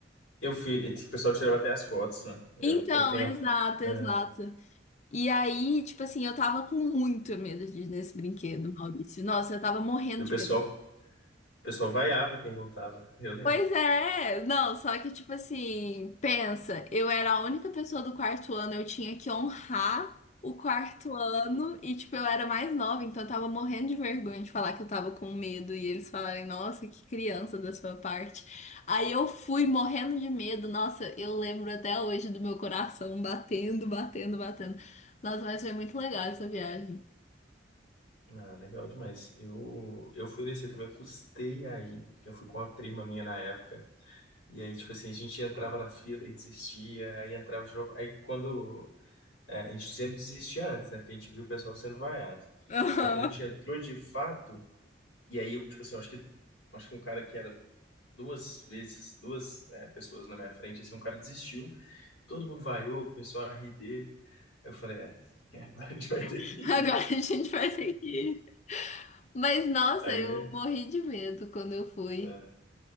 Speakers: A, on the left (about 85°); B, on the left (about 40°).
A: Eu fui, e tipo, o pessoal tirava até as fotos, né? Eu,
B: Então,
A: eu tenho,
B: exato,
A: a fo- é,
B: exato. E aí, tipo assim, eu tava com muito medo de ir nesse brinquedo, Maurício. Nossa, eu tava morrendo
A: e o
B: de
A: pessoal,
B: medo.
A: o pessoal vaiava quem voltava, eu lembro.
B: Pois é, não, só que tipo assim, pensa, eu era a única pessoa do quarto ano, eu tinha que honrar o quarto ano e tipo eu era mais nova, então eu tava morrendo de vergonha de falar que eu tava com medo e eles falarem, nossa, que criança da sua parte. Aí eu fui morrendo de medo, nossa, eu lembro até hoje do meu coração batendo, batendo, batendo. Nossa, mas foi muito legal essa viagem.
A: Ah, legal demais. Eu, eu fui nesse também, eu custei aí. Eu fui com uma prima minha na época. E aí, tipo assim, a gente entrava na fila e desistia, aí entrava de novo. Aí quando É, a gente sempre desistia antes, né? Porque a gente viu o pessoal sendo vaiado.
B: Aham.
A: Aí quando a gente entrou de fato, e aí eu, tipo assim, eu acho que, acho que um cara que era duas vezes, duas, é, pessoas na minha frente, assim, um cara desistiu, todo mundo vaiou, começou a rir dele. Aí eu falei, é, <laughs> agora a gente vai ter
B: <laughs>
A: que ir.
B: Agora a gente vai ter que ir. Mas nossa,
A: Aí
B: eu
A: é,
B: morri de medo quando eu fui.
A: é,